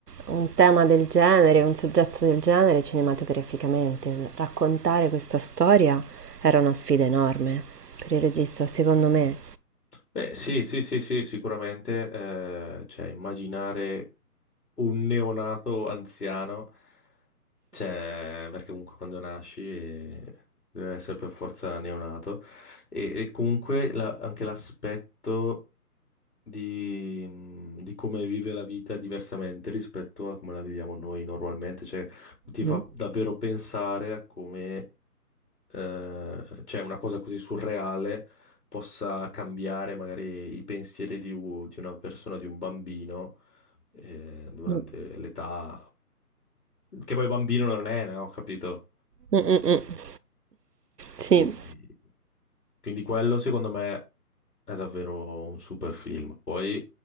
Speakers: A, on the right; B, on the left.
A: un tema del genere, un soggetto del genere cinematograficamente. Raccontare questa storia era una sfida enorme per il regista, secondo me.
B: Beh, sì, sì, sì, sì, sicuramente, eh, cioè, immaginare un neonato anziano, cioè, perché comunque quando nasci eh, deve essere per forza neonato, e, e comunque la- anche l'aspetto di, mh, di come vive la vita diversamente rispetto a come la viviamo noi normalmente, cioè ti fa
A: Mm,
B: davvero pensare a come eh, cioè una cosa così surreale possa cambiare magari i pensieri di, u- di una persona, di un bambino eh, durante
A: mm,
B: l'età, che poi bambino non è, no? Capito?
A: mm, mm. Sì,
B: Quindi, quindi quello secondo me è davvero un super film. Poi,